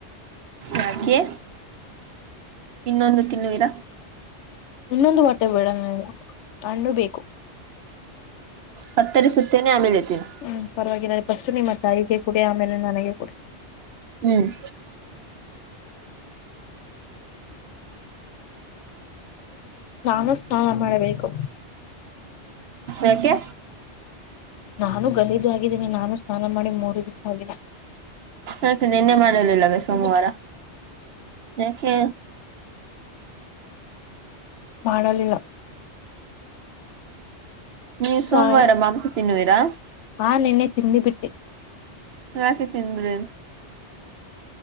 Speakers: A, on the right; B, on the left.
A: ಯಾಕೆ ಇನ್ನೊಂದು ತಿನ್ನುವೀರ
B: ಇನ್ನೊಂದು ವಾಟೆ ಬೇಡ ನನಗೆ ಹಣ್ಣು ಬೇಕು
A: ಕತ್ತರಿಸುತ್ತೇನೆ ಆಮೇಲೆ ತಿನ್ನು
B: ಹ್ಮ್ ಪರವಾಗಿಲ್ಲ ಫಸ್ಟ್ ನಿಮ್ಮ ತಾಯಿಗೆ ಕೊಡಿ ಆಮೇಲೆ ನನಗೆ ಕೊಡಿ
A: ಹ್ಮ್
B: ನಾನು ಸ್ನಾನ ಮಾಡಬೇಕು
A: ಯಾಕೆ
B: ನಾನು ಗಲಿದು ಆಗಿದ್ದೀನಿ ನಾನು ಸ್ನಾನ ಮಾಡಿ ಮೂರು ದಿವಸ ಆಗಿಲ್ಲ
A: ಯಾಕೆ ನಿನ್ನೆ ಮಾಡಲಿಲ್ಲವೇ ಸೋಮವಾರ
B: ಹ್ಮ
A: ಯಾಕೆ
B: ಮಾಡಲಿಲ್ಲ
A: ನೀವು
B: ಸಾಯ
A: ಸೋಮವಾರ ಮಾಂಸ ತಿನ್ನುವಿರಾ
B: ಹಾ ನಿನ್ನೆ ತಿಂದಿಬಿಟ್ಟೆ
A: ಯಾಕೆ ತಿಂದ್ರಿ